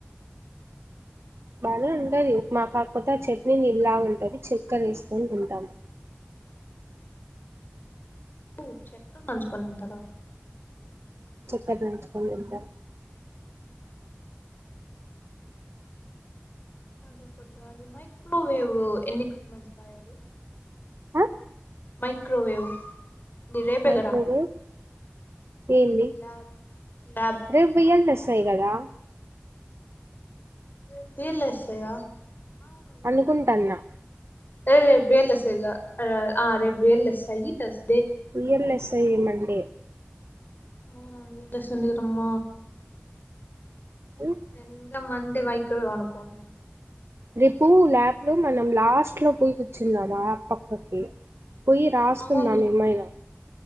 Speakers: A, on the right; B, on the left.
A: బానే ఉంటది ఉప్మా కాక్ పోతే ఆ చట్నీ నీల్లా ఉంటది చెక్కర ఏస్కొని తింటాము.
B: ఓ చె <unintelligible> తింటారా
A: క్కెర నుంచుకొని తింటాం
B: అదొకట్ చాలు మై క్రోవేవ్ ఎన్ని <unintelligible>
A: హ
B: మైక్రోవేవ్ ఇది రేపే
A: మైక్రోడేవ్
B: కదా
A: ఎంది
B: ల్యాబ్ ల్యాబ్
A: రేప్ బిల్ఎస్ పె కదా
B: రేప్ బిల్ఎస్ సయ్య
A: అనుకుంటాన్న
B: ఏ రేప్ బేల్స్ ఏగా ఆ రేప్ బేల్స్ అయ్యి తస్
A: బిల్స్ ఏ మళ్ ళ్ళి
B: అవునా వీల్లెసేండేరమ్మ
A: ఉమ్
B: హు త మంది మైక్రొవెవ్ అనుకుం
A: రేపు ల్యాబ్ లో మనం లాస్ట్ లో పోయి కూర్చుందామా పక్కకి పోయి రాసుకుందాం
B: అవును
A: ఏమైన